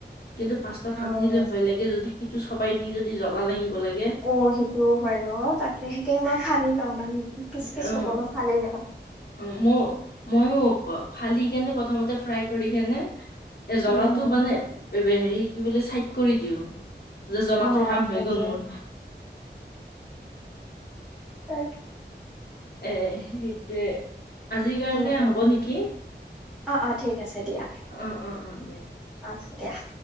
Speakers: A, on the left; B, in the centre.
A: কিন্তু পাস্তাত
B: উম
A: কাটি দিলে ভয় লাগে যদি সিটো চোবাই দি যদি জ্বলা লাগিব লাগে
B: অ সেইটোও হয় ন তাকে সেইকাৰণে মই ফালি লওঁ মানে পিচ
A: অ',
B: পিচ নকৰো মই ফালি লওঁ
A: অ' মই, ময়ো ফালি কেনে প্ৰথমতে ফ্ৰাই কৰি কেনে এ জলাটো
B: উম
A: মানে হেৰি কি বোলে চাইড কৰি দিওঁ। যে জ্বলাটোৰ
B: অ
A: কাম হৈ
B: তাকে
A: গ'ল মোৰ।
B: তাৰ
A: এ সেইটোৱে আজিৰ কাৰণে
B: উম উম
A: হ'ব নেকি
B: অ', অ' ঠিক আছে দিয়া
A: উ, উ, উ দিয়া।
B: অ দিয়া।